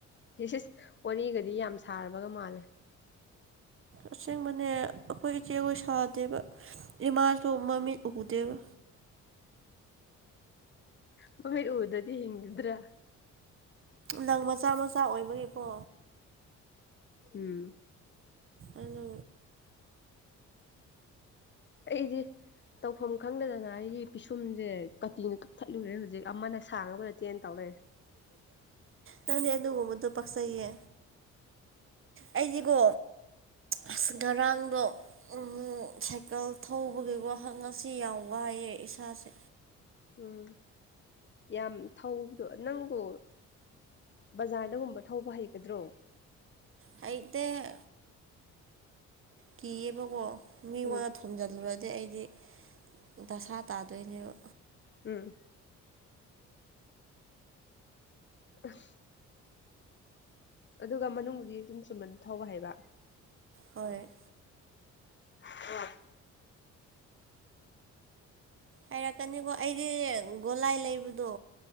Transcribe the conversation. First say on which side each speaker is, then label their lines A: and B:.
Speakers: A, on the left; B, on the right.
A: ꯁꯤ ꯁꯤꯁ ꯋꯥꯔꯤꯒꯗꯤ ꯌꯥꯝ ꯁꯥꯔꯕꯒ ꯃꯥꯜꯂꯦ
B: ꯑꯁꯦꯡꯕꯅꯦ ꯑꯩꯈꯣꯏ ꯏꯆꯦꯈꯣꯏ ꯁꯥꯗꯦꯕ ꯏꯃꯥꯁꯨ ꯃꯃꯤꯠ ꯎꯗꯦꯕ
A: ꯃꯃꯤꯠ ꯎꯗꯗꯤ ꯍꯤꯡꯒꯗ꯭ꯔꯥ
B: ꯅꯪ ꯃꯆꯥ ꯃꯆꯥ ꯑꯣꯏꯕꯒꯤꯀꯣ
A: ꯎꯝ
B: ꯑꯗꯣ
A: ꯑꯩꯗꯤ ꯇꯧꯐꯝ ꯈꯪꯗꯗꯅ ꯑꯩꯒꯤ ꯄꯤꯁꯨꯝꯁꯦ ꯀꯇꯤꯅ ꯀꯛꯊꯠꯂꯨꯔꯦ ꯍꯧꯖꯤꯛ ꯑꯃꯅ ꯁꯥꯡꯉꯕ ꯅ ꯇꯦꯟꯅ ꯇꯥꯎꯔꯛꯑꯦ
B: ꯅꯪꯅꯦ ꯑꯗꯨꯒꯨꯝꯕꯗ ꯄꯆꯩꯌꯦ ꯑꯩꯗꯤꯀꯣ ꯑꯁ ꯉꯔꯥꯡꯗꯣ ꯎꯝ ꯁꯥꯏꯀꯜ ꯊꯧꯕꯒꯤ ꯋꯥꯍꯪ ꯉꯁꯤ ꯌꯥꯎꯕ ꯋꯥꯏꯌꯦ ꯏꯁꯥꯁꯦ
A: ꯎꯝ ꯌꯥꯝ ꯊꯧꯕꯗꯣ ꯅꯪꯕꯨ ꯕꯖꯥꯔꯗꯒꯨꯝꯕ ꯊꯧꯕ ꯍꯩꯒꯗ꯭ꯔꯣ
B: ꯍꯩꯇꯦ ꯀꯤꯌꯦꯕꯀꯣ ꯃꯤꯉꯣꯟꯗ
A: ꯎꯝ
B: ꯊꯣꯝꯖꯤꯜꯂꯨꯔꯗꯤ ꯑꯩꯗꯤ ꯗꯁꯥ ꯇꯥꯗꯣꯏꯅꯦꯕ
A: ꯎꯝ ꯑ ꯑꯗꯨꯒ ꯃꯅꯨꯡꯗꯨꯗꯤ ꯑꯗꯨꯨꯝ ꯆꯨꯝꯅ ꯊꯧꯕ ꯍꯥꯏꯕ
B: ꯍꯣꯏ
A: ꯍ
B: ꯍꯥꯏꯔꯛꯀꯅꯤꯀꯣ ꯑꯩꯗꯤ ꯒꯣꯂꯥꯏ ꯂꯩꯕꯗꯣ